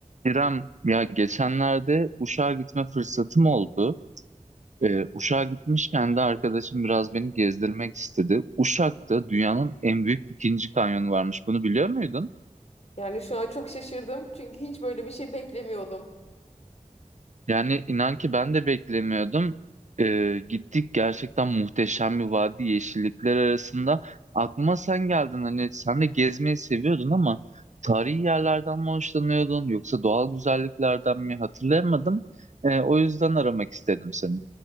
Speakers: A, on the right; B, on the left.
A: İrem, ya geçenlerde Uşak'a gitme fırsatım oldu. Ee, Uşak'a gitmişken de arkadaşım biraz beni gezdirmek istedi. Uşak'ta dünyanın en büyük ikinci kanyonu varmış. Bunu biliyor muydun?
B: Yani şu an çok şaşırdım çünkü hiç böyle bir şey beklemiyordum.
A: Yani inan ki ben de beklemiyordum. Ee, gittik gerçekten muhteşem bir vadi yeşillikler arasında. Aklıma sen geldin hani sen de gezmeyi seviyordun ama tarihi yerlerden mi hoşlanıyordun yoksa doğal güzelliklerden mi hatırlayamadım. Ee, o yüzden aramak istedim seni.